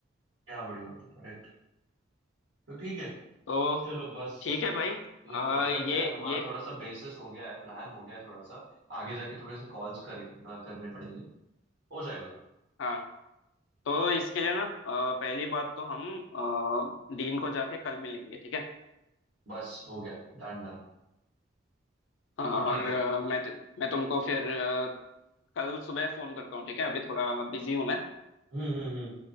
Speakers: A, on the right; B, on the left.
A: क्या बड़ी बात है करेक्ट तो ठीक है
B: तो
A: चलो बस
B: ठीक है भाई
A: ये
B: आ,
A: परफेक्ट
B: ये
A: है हमारा
B: ये
A: थोड़ा सा बेसिस हो गया है प्लान हो गया है थोड़ा सा आगे जाके थोड़े से कॉल्स कर, अ, करने पड़ेंगे हो जाएगा
B: हाँ तो इसके लिए ना आ, पहली बात तो हम आ, डीन को जाके कल मिलेंगे ठीक है
A: बस हो गया डन डन
B: हाँ
A: तो
B: और
A: ठीक है
B: आ, मैं तु, मैं तुमको फिर आ, कल सुबह फोन करता हूँ ठीक है अभी थोड़ा बिजी हूँ मैं
A: हम्म हम्म हम्म